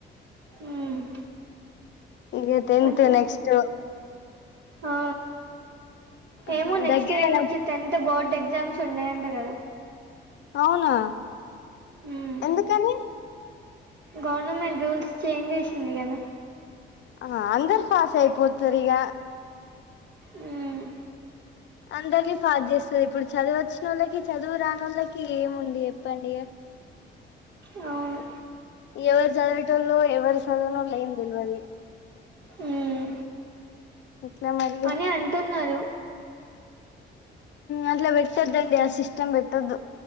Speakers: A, on the right (about 60°); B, on the left (about 65°).
A: ఉమ్
B: ఇగ టెన్త్
A: అట్లా
B: నెక్స్ట్
A: ఆ
B: ఆహా
A: ఏమో నెక్స్ట్
B: దగ్గరేనా
A: ఇయర్ నుంచి టెన్త్ బోర్డ్ ఎగ్ ఎగ్జామ్స్ ఉండయంట గదా
B: అవునా
A: ఉమ్
B: ఎందుకని?
A: గవర్నమెంట్ రూల్స్ చేంజ్ చేసింది కదా.
B: ఆ అందరు పాస్ అయిపోతారు ఇగ
A: ఉమ్
B: అందరినీ పాస్ చేస్తది. ఇప్పుడు చదువు వచ్చిన వాళ్ళకి చదువు రాని వాళ్ళకి ఏముంది చెప్పండి ఇగ
A: అవును
B: ఎవరు చదివేటల్లో ఎవరు చదవనల్లో ఏమి తెలువది.
A: ఉమ్
B: ఎట్లా మరిగా
A: అని అంటున్నరు.
B: అట్ల పెట్టొద్దండి ఆ సిస్టమ్ పెట్టొద్దు.